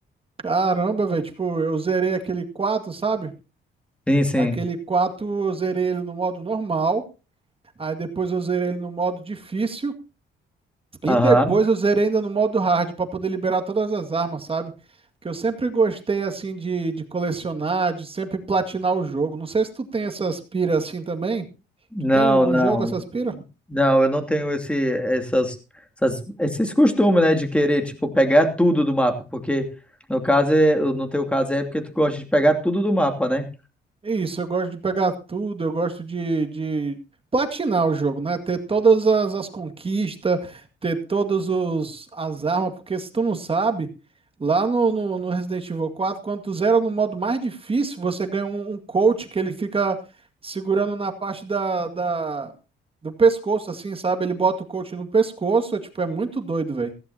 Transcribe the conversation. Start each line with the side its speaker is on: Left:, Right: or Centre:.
Right: Caramba, velho, tipo, eu zerei aquele 4, sabe?
Centre: Sim, sim.
Right: Aquele 4 eu zerei ele no modo normal, aí depois eu zerei ele no modo difícil e
Centre: Aham.
Right: depois eu zerei ainda no modo hard pra poder liberar todas as armas, sabe? Que eu sempre gostei assim de, de colecionar, de sempre platinar o jogo. Não sei se tu tem essas piras assim também.
Centre: Não,
Right: Tu tem algum
Centre: não.
Right: jogo essas piras?
Centre: Não, eu não tenho esse, essas, essas- esses costumes, né, de querer, tipo, pegar tudo do mapa, porque no caso, é- no teu caso é porque tu gosta de pegar tudo do mapa, né?
Right: É Isso, eu gosto de pegar tudo, eu gosto de, de platinar o jogo, né? Ter todas as, as conquistas, ter todas os, as armas, porque se tu não sabe, lá no, no, no Resident Evil 4, quando tu zera no modo mais difícil, você ganha um, um coach que ele fica segurando na parte da, da, do pescoço, assim, sabe? Ele bota o coach no pescoço, é, tipo, é muito doido, velho.